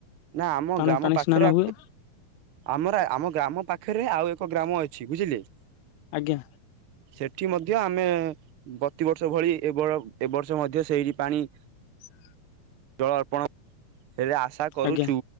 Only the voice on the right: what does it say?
ନା ଆମ
ଗ୍ରାମ
ପାଖରେ
ଆମର ଆମ ଗ୍ରାମ ପାଖରେ ଆଉ ଏ କ ଗ୍ରାମ ଅଛି ବୁଝିଲେ।
ସେଠି ମଧ୍ୟ ଆମେ ପ୍ରତିବର୍ଷ ଭଳି ଏ ଏବ ବର୍ଷ ମଧ୍ୟ ସେଇଠି ପାଣି
ଜଳ ଅର୍ପଣ ହେଲେ ଆଶା କରୁୁଚୁ